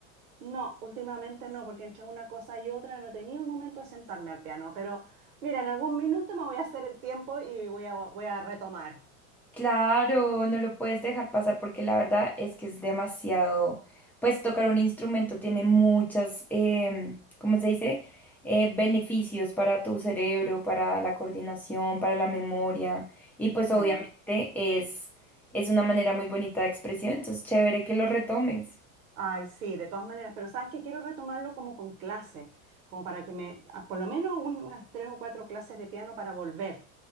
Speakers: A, on the right (about 90°); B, in the centre.
A: No, últimamente no, porque entre una cosa y otra no he tenido un momento de sentarme al piano. Pero mira, en algún minuto me voy a hacer el tiempo y voy a, voy a retomar.
B: Claro, no lo puedes dejar pasar porque la verdad es que es demasiado, pues tocar un instrumento tiene muchas, em, ¿cómo se dice? Eh, beneficios para tu cerebro, para la coordinación, para la memoria y pues
A: Sí.
B: obviamente es, es una manera muy bonita de expresión, entonces chévere que lo retomes.
A: Ay, sí, de todas maneras, pero sabes que quiero retomarlo como con clases, como para que me, a- por lo menos un- unas tres o cuatro clases de piano para volver.